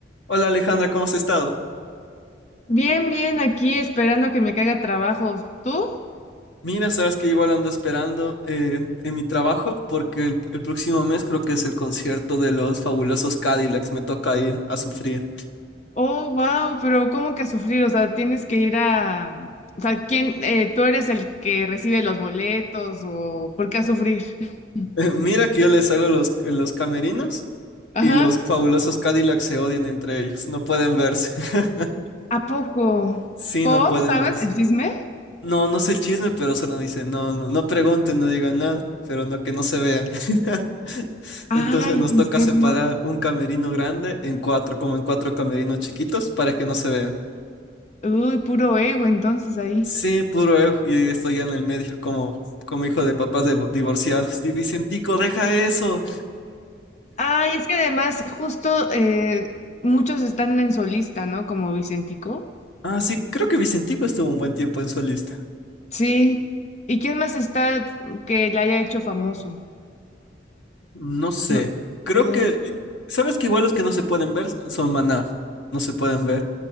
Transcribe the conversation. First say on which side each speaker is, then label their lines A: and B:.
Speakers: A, on the left; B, on the left.
A: Hola Alejandra, ¿cómo has estado?
B: Bien, bien, aquí esperando que me caiga trabajo. ¿Tú?
A: Mira, sabes que igual ando esperando eh, en mi trabajo porque el, el próximo mes creo que es el concierto de los fabulosos Cadillacs, me toca ir a sufrir.
B: Oh, wow, pero ¿cómo que a sufrir? O sea, tienes que ir a... O sea, ¿quién? eh, ¿tú eres el que recibe los boletos o por qué a sufrir? <laughs>
A: Eh, mira que yo les hago los, los camerinos
B: Ajá.
A: y los fabulosos Cadillacs se odian entre ellos, no pueden verse. <laughs>
B: ¿A poco?
A: Sí,
B: ¿Por?
A: no pueden
B: ¿Sabes
A: verse.
B: el chisme?
A: No, no sé el chisme, pero solo dicen, no, no, no pregunten, no digan nada, pero no que no se vean. <laughs>
B: Ay,
A: Entonces nos
B: ¿en
A: toca
B: serio?
A: separar un camerino grande en cuatro, como en cuatro camerinos chiquitos para que no se vean.
B: Uy, puro ego entonces ahí.
A: Sí, puro ego, y estoy ya en el medio, como, como hijo de papás de- divorciados. y Vicentico, deja eso.
B: Ay, es que además justo eh, muchos están en solista, ¿no? Como Vicentico.
A: Ah, sí, creo que Vicentico estuvo un buen tiempo en solista.
B: Sí. ¿Y quién más está que la haya hecho famoso?
A: No sé,
B: No,
A: creo
B: diría
A: que,
B: yo,
A: ¿sabes que igual los que no se pueden ver son Maná? No se pueden ver.